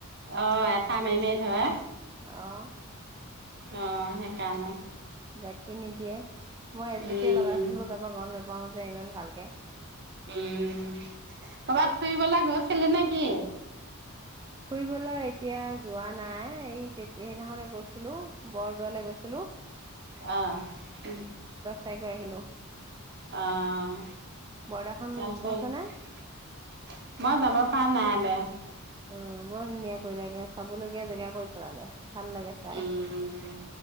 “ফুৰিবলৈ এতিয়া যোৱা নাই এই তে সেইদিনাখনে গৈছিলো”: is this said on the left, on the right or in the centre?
Right